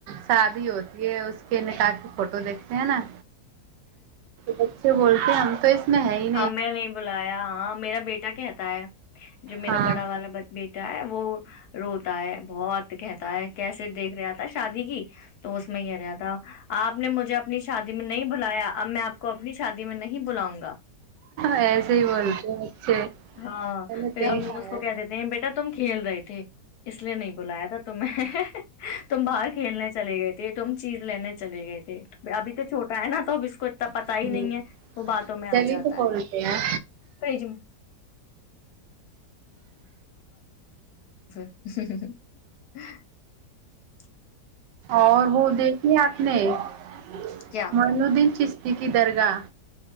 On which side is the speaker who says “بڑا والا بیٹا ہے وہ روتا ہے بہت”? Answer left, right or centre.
Left